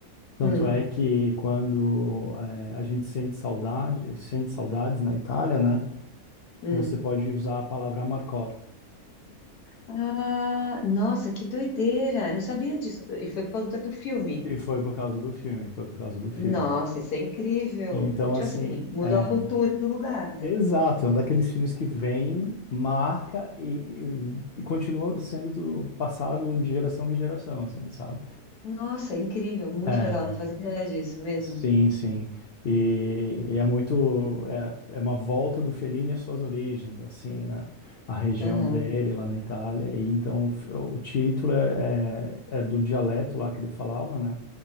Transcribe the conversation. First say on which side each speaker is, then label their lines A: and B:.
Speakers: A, on the left; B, on the left.
A: Tanto
B: hum,
A: é que quando eh, a gente sente saudade, sente saudades na Itália, né?
B: hum.
A: Você pode usar a palavra amarcord.
B: Ah, nossa, que doideira! Eu não sabia disso. E foi por conta do filme.
A: E foi por causa do filme, foi por causa do filme.
B: Nossa, isso é incrível.
A: Então,
B: Co- Tipo
A: assim,
B: assim, mudou
A: é,
B: a cultura do lugar, né?
A: exato, é um daqueles filmes que vem, marca e, e, e continua sendo do- passado de geração em geração, assim, sabe?
B: Nossa, é incrível, muito
A: É,
B: legal. Não fazia ideia disso mesmo.
A: Sim, sim. E, e é muito, é, é uma volta do Fellini às suas origens, assim, né? A região
B: Aham,
A: dele lá na Itália. E então o, f- o título é, é, é do dialeto lá que ele falava, né?